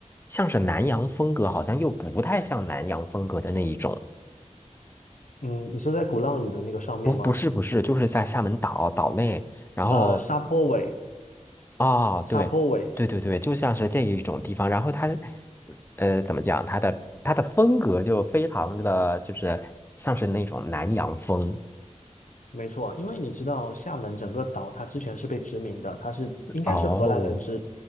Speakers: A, on the left (about 15°); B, on the left (about 80°).
A: 像是南洋风格，好像又不太像南洋风格的那一种。
B: 嗯，你说在鼓浪屿的那个上面吗？
A: 不，不是，不是，就是在厦门岛岛内，然后
B: 呃，沙坡尾，
A: 啊、对，
B: 沙坡尾，
A: 对对对，就像是这一种地方，然后它，呃，怎么讲，它的它的风格就非常的，就是像是那种南洋风
B: 没错，因为你知道厦门整个岛，它之前是被殖民的，它是应该是荷兰人殖，
A: 哦，